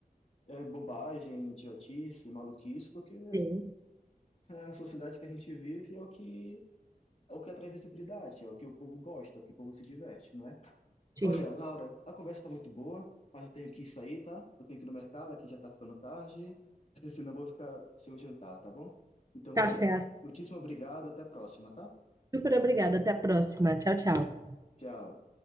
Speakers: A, on the left; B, on the right.
A: é, bobagem, idiotice, maluquice, porque
B: sim,
A: é, a sociedade que a gente vive é o que é o que atrai visibilidade, é o que o povo gosta, é o que o povo se diverte, não é?
B: sim.
A: Olha, Laura, a conversa está muito boa, mas eu tenho que sair, tá? Eu tenho que ir no mercado, aqui já está ficando tarde, <laughs> senão eu vou ficar sem o jantar, tá bom? Então,
B: Tá
A: olha,
B: certo.
A: muitíssimo obrigado, até a próxima, tá?
B: Super obrigada. Até a próxima. Tchau, tchau.
A: Tchau.